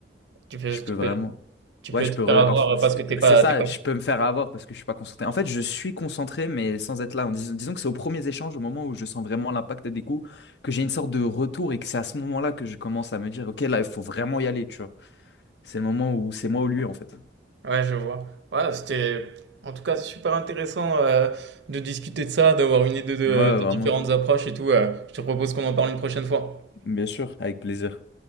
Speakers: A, on the right; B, on the left.
A: Tu peux,
B: je peux
A: tu
B: vraiment,
A: peux, tu
B: ouais,
A: peux
B: je
A: te
B: peux, re-
A: faire avoir
B: enf- c'est
A: parce que t'es pas,
B: c'est ça,
A: t'es pas.
B: je peux me faire avoir parce que je suis pas concentré. En fait, je suis concentré, mais sans être là. En dis- disons que c'est aux premiers échanges, au moment où je sens vraiment l'impact des coups, que j'ai une sorte de retour et que c'est à ce moment-là que je commence à me dire, ok, là, il faut vraiment y aller, tu vois. C'est le moment où c'est moi ou lui, en fait.
A: Ouais, je vois. Ouais, c'était en tout cas super intéressant euh, de discuter de ça, d'avoir une idée de,
B: Ouais,
A: des
B: vraiment.
A: différentes approches et tout. euh. je te propose qu'on en parle une prochaine fois.
B: Bien sûr, avec plaisir.